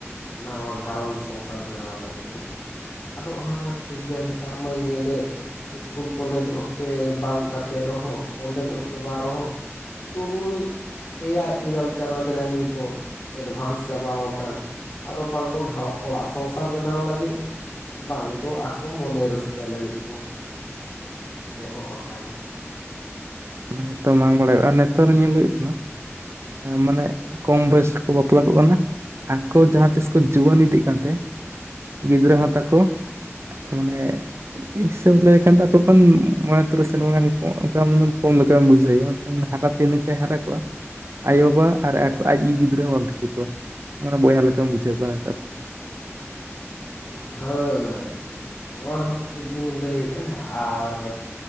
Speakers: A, on the left; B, on the right.
A: ᱱᱟᱣᱟ ᱜᱷᱟᱨᱚᱸᱡᱽ ᱥᱚᱝᱥᱟᱨ ᱵᱮᱱᱟᱣ ᱞᱟᱹᱜᱤᱫ ᱨᱮ ᱾ ᱟᱫᱚ ᱚᱱᱟ ᱢᱟ ᱴᱷᱤᱠ ᱜᱮᱭᱟ ᱱᱮᱛᱟᱨ ᱢᱟᱧ ᱧᱮᱞᱮᱫ ᱤᱥᱠᱩᱞ ᱠᱚᱞᱮᱡᱽ ᱚᱠᱛᱮ ᱵᱟᱝ ᱠᱟᱛᱮᱜ ᱨᱮᱦᱚᱸ ᱠᱚᱞᱮᱡᱽ ᱚᱠᱛᱮ ᱵᱟᱝ ᱨᱮᱦᱚᱸ ᱛᱩᱨᱩᱭ ᱮᱭᱟᱭ ᱤᱨᱟᱹᱞ ᱪᱟᱱᱟᱪ ᱨᱮᱱ ᱜᱮᱠᱚ ᱮᱰᱵᱷᱟᱱᱥ ᱪᱟᱵᱟᱣ ᱟᱠᱟᱱ ᱾ ᱟᱫᱚ ᱵᱟᱝ ᱫᱚ <unintelligible> ᱚᱲᱟᱜ ᱥᱚᱝᱥᱟᱨ ᱵᱮᱱᱟᱣ ᱞᱟᱹᱜᱤᱫᱼᱼ ᱵᱟᱝ ᱫᱚ ᱟᱠᱚ ᱢᱚᱱᱮ ᱨᱟᱹᱥᱠᱟᱹ ᱞᱟᱹᱜᱤᱫ ᱠᱚ ᱮᱦᱚᱵ ᱟᱠᱟᱱᱟᱼᱼ
B: ᱡᱚᱛᱚ ᱵᱟᱝ ᱵᱟᱲᱟᱭᱚᱜᱼᱟ ᱟᱨ ᱱᱮᱛᱟᱨ ᱫᱚ ᱧᱮᱞ ᱦᱩᱭᱩᱜ ᱠᱟᱱᱟᱼᱼ ᱢᱟᱱᱮ ᱠᱚᱢ ᱵᱚᱭᱮᱥ ᱨᱮᱠᱚ ᱵᱟᱯᱞᱟ ᱠᱚᱜ ᱠᱟᱱᱟ ᱾ ᱟᱠᱚ ᱡᱟᱦᱟᱸ ᱛᱤᱥ ᱠᱚ ᱡᱩᱣᱟᱹᱱ ᱤᱫᱤᱜ ᱠᱟᱱᱛᱮ ᱜᱤᱫᱽᱨᱟᱹ ᱦᱚᱸ ᱛᱟᱠᱚᱼᱼ <unintelligible> ᱚᱱᱮᱼᱼ ᱦᱤᱥᱟᱹᱵ ᱞᱟᱹᱭᱠᱷᱟᱱ ᱫᱚ ᱠᱷᱚᱱ ᱢᱚᱬᱮ ᱛᱩᱨᱩᱭ ᱥᱮᱨᱢᱟ ᱜᱟᱱ ᱚᱱᱠᱟ ᱠᱚᱢᱼᱼ ᱵᱩᱡᱟᱭ <unintelligible> ᱦᱟᱨᱟ ᱛᱤᱱ ᱨᱮᱪᱚᱭ ᱦᱟᱨᱟ ᱠᱚᱜᱼᱟᱼᱼ ᱟᱭᱳᱼᱵᱟᱵᱟ ᱟᱨ <unintelligible> ᱟᱡ ᱜᱮ ᱜᱤᱫᱽᱨᱟᱹ ᱦᱚᱸ ᱵᱟᱢ ᱴᱷᱤᱠᱟᱹ ᱠᱚᱣᱟ ᱢᱟᱱᱮ ᱵᱚᱭᱦᱟ ᱞᱮᱠᱟᱢ ᱵᱩᱡᱷᱟᱹᱣ ᱠᱚᱣᱟ ᱱᱮᱛᱟᱨ ᱾
A: ᱦᱳᱭ ᱱᱚᱣᱟ ᱦᱚᱸ ᱴᱷᱤᱠ ᱜᱮᱢ ᱞᱟᱹᱭᱮᱜᱼᱟ ᱟᱨᱼᱼ